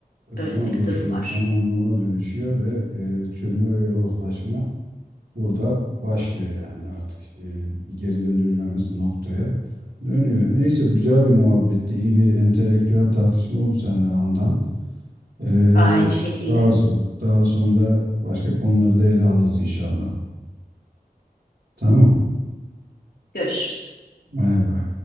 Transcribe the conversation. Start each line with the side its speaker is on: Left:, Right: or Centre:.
Right: tabii
Left: Böyle
Right: ona
Left: de bir
Right: dönüşüyor.
Left: durum var.
Right: Zamanla ona dönüşüyor ve e, çürüme ve yozlaşma burada başlıyor yani artık e, geri döndürülemez noktaya dönüyor. Neyse bu güzel bir muhabbetti. iyi bir entelektüel tartışma oldu seninle Handan. E,
Left: Aynı şekilde.
Right: daha, so- daha sonra başka konuları da ele alırız inşallah. Tamam.
Left: Görüşürüz.
Right: Bay bay.